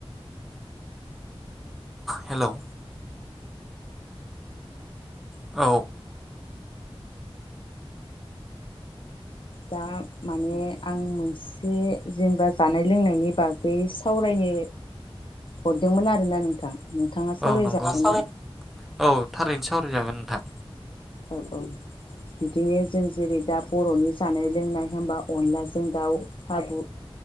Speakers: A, in the centre; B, on the left (about 55°).
A: हेलौ औ
B: दा माने आं मोनसे जेनेबा जानाय लोंनायनि बागै सावरायनो हरदोंमोन आरोना नोंथां नोंथाङा सावरायजागोन
A: औ नंगौ मा सावराय
B: ना
A: औ थारैनो सावरायजागोन नोंथां
B: औ औ बिदिनो जों जेरै दा बर'नि जानाय लोंनाय होमबा अनलाजों दाउ साबु